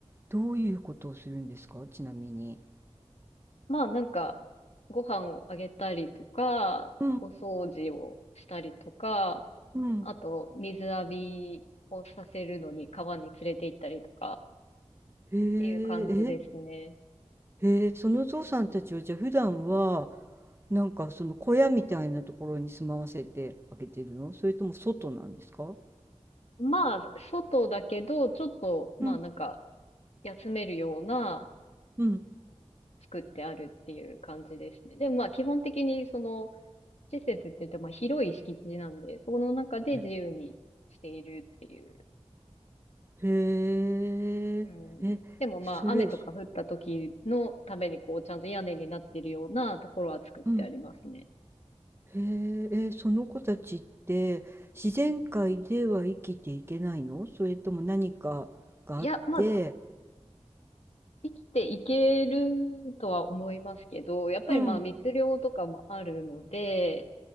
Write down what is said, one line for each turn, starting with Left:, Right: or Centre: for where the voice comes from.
Right: どういうことをするんですか、ちなみに。
Left: まあなんか、ご飯をあげたりとか、
Right: うん、
Left: お掃除をしたりとか、
Right: うん。
Left: あと水浴びをさせるのに川に連れて行ったりとかっ
Right: へえ、
Left: ていう感じですね。
Right: えへえ、そのゾウさんたちをじゃあ普段はなんかその小屋みたいなところに住まわせてあげてるのそれとも外なんですか
Left: まあ、外だけど、ちょっと、まあなんか、
Right: うん
Left: 休めるような
Right: うん
Left: 作ってあるっていう感じですね。でもまあ基本的にその施設って言ってまあ広い敷地なんで、その中で自由にしているっていう
Right: へええそれそ
Left: うん。でもまあ、雨とか降った時のためにこう、ちゃんと屋根になってるようなところは作ってありますね。
Right: うんへええその子たちって自然界では生きていけないのそれとも何かがあって
Left: いや、まあ、生きていけるとは思いますけど、やっぱりまあ、
Right: うん
Left: 密漁とかもあるので、